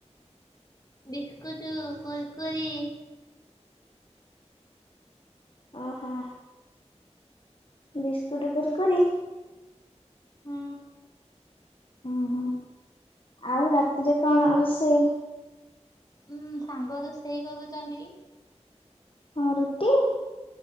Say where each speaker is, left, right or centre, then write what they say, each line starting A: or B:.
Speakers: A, on the left; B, on the left.
A: ବିସ୍କୁଟ କୁରୁକୁରି
B: ଆଁ ହ ବିସ୍କୁଟ କୁରକୁରି?
A: ହୁଁ।
B: ଓହୋ। ଆଉ ରାତିରେ କଣ ରୋଷେଇ?
A: ଉୁଁ ସାଙ୍ଗ ରୋଷେଇ କରୁଛନ୍ତି।
B: ହଁ ରୁଟି?